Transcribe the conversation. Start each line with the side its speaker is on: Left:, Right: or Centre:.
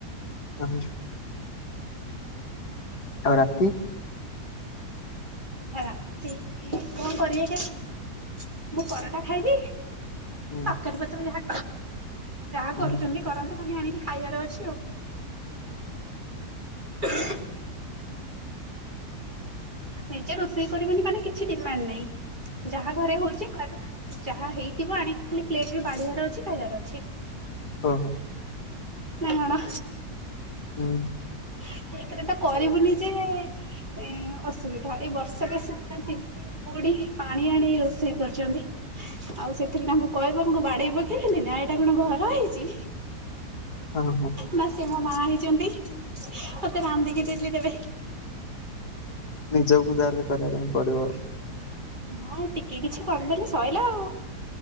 Left: ଆଁ ଆଉ ରାତି?
Right: ରାତି, କଣ କରିବେ କେଜାଣି? ମୁଁ ପରଟା ଖାଇବି
Left: ହୁଁ।
Right: ତକାରୀ ପତ୍ର ଯାହା ଯାହା
Left: ହୁଁ,
Right: କରୁଚନ୍ତି କରନ୍ତୁ, ଖାଲି ଆଣିକି ଖାଇବାର ଅଛି ଆଉ। <inaudible> ନିଜେ ରୋଷେଇ କରିବନି ମାନେ କିଛି ଡିମାଣ୍ଡ ନାହିଁ, ଯାହା ଘରେ ହଉଛି ଘର ଯାହା ହେଇଥିବ ଆଣିକି ଖାଲି ପ୍ଲେଟରେ ବାଢିବାର ଅଛି ଖାଇବାର ଅଛି।
Left: ହଁ ହଁ।
Right: ନାଇ ମାଡ।
Left: ହୁଁ।
Right: ସେଇଥିରେ ତ କରିବୁନି ଯେ ଏଁ ଅ ଅସୁବିଧା ଏଇ ବର୍ଷକ ସେମାନେ ତିନ୍ତି ବୁଡି ପାଣି ଆଣି ରୋଷେଇ କରୁଛନ୍ତି। ଆଉ ସେଥିରେ ତାଙ୍କୁ କହିବାଙ୍କୁ ବାଡେଇ ପକେଇଥିଲି ନା ଏଇଟା କଣ ଘର ହେଇଛି।
Left: ହଁ ହଁ।
Right: ନା ସେ ମୋ ମା ହେଇଛନ୍ତି, ମତେ ରାନ୍ଧିକି ଦେଲି ଦେବେ।
Left: ନିଜକୁ ତାହାଲେ କରିବା ପାଇଁ ପଡିବ।
Right: ହଁ ଟିକେ କିଛି କରିଦେଲେ ସଇଲା ଆଉ